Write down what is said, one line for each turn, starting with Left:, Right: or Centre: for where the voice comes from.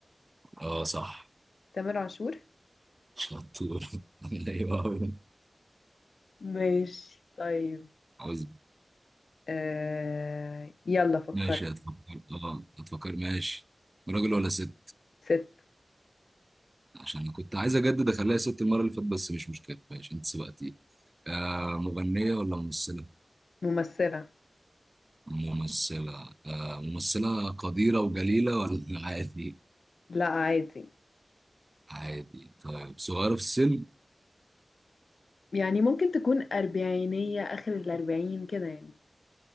Right: اه صح
Left: تامر عاشور
Right: شطور <laughs> ايوه أوي.
Left: ماشي طيب
Right: عاوز
Left: آه... يلا فكرت
Right: ماشي هتفكر اه هتفكر ماشي راجل ولا ست
Left: ست
Right: عشان انا كنت عايز اجدد اخليها ست المرة اللي فاتت بس مش مشكلة ماشي انت سبقتي آه مغنية ولا ممثلة
Left: ممثلة
Right: ممثلة آه ممثلة قديرة وجليلة ولا <laughs> عادي؟
Left: لا عادي
Right: عادي طيب صغيرة في السن؟
Left: يعني ممكن تكون أربعينية آخر الأربعين كده يعني